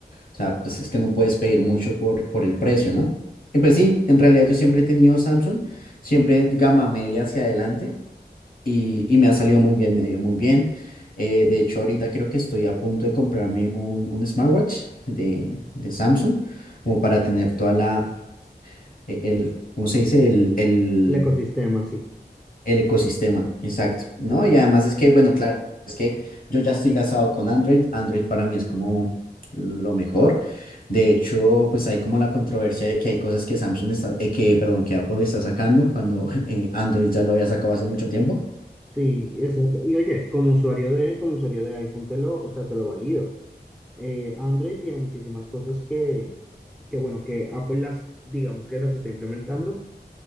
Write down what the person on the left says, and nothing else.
o sea, pues es que no puedes pedir mucho por, por el precio, ¿no? Y pues
sí, en
realidad yo siempre he tenido Samsung, siempre gama media hacia adelante y, y me ha salido muy bien, me ha ido muy bien. Eh, de hecho, ahorita creo que estoy a punto de comprarme un, un smartwatch de, de Samsung como para tener toda la, e- el, ¿cómo se dice? El, el
el ecosistema, exacto, ¿no? Y además es que, bueno, claro, es que yo ya estoy casado con Android, Android para mí es como lo mejor. De hecho, pues hay como la controversia de que hay cosas que Samsung está, eh, que, perdón, que Apple está sacando cuando <laughs> eh, Android ya lo había sacado hace mucho tiempo.